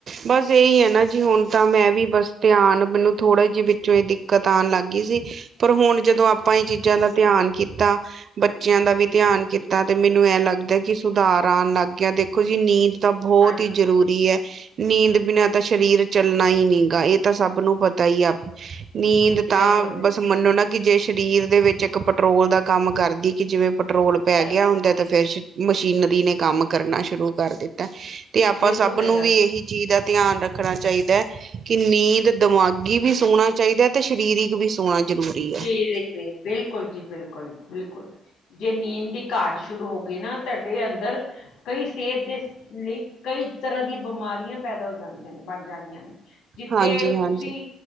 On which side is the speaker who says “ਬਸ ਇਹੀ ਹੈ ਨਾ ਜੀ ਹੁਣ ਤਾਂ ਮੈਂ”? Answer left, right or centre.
Right